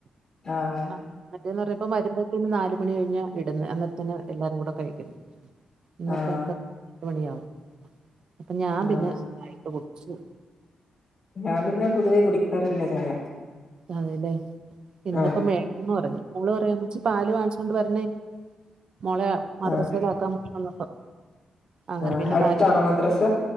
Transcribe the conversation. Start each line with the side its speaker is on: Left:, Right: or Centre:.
Left: ആഹ്
Right: ആ മറ്റേന്ന് പറിമ്പം വരുമ്പഴത്തേന് നാല് മണി കഴിഞ് ഇടുന്ന് അന്നത്തെന എല്ലാരും കൂട കഴിക്കുന്നു ഇന്നപ്പക്ക
Left: ആഹ്
Right: പത്ത് മണിയാവും അപ്പൊ ഞാൻ
Left: ആഹ്
Right: പിന്നെ ചായ ഇട്ടുകുടിച്ചു
Left: ഞാൻ പിന്നെ പൊതുവെ കുടിക്കാറില്ല ചായ
Right: അതെല്ലേ ഇന്നിപ്പോ
Left: ആഹ്
Right: മേന്ന് പറഞ്ഞു മോള് പറയാ മച്ചി പാല് വാങ്ങിച്ചോണ്ട് വരണേ മോളെ മദ്രസയില
Left: ആഹ്
Right: ആക്കാൻ പറ്റുംന്നപ്പ അങ്ങനെ
Left: ആഹ്
Right: പിന്നെ
Left: അടുത്താണോ
Right: പ
Left: മദ്രസ